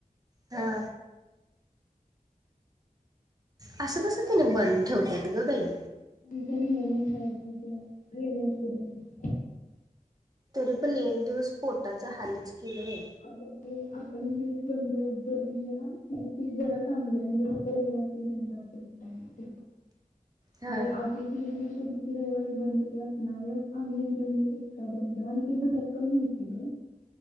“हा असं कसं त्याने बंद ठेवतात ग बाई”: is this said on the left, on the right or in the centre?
Right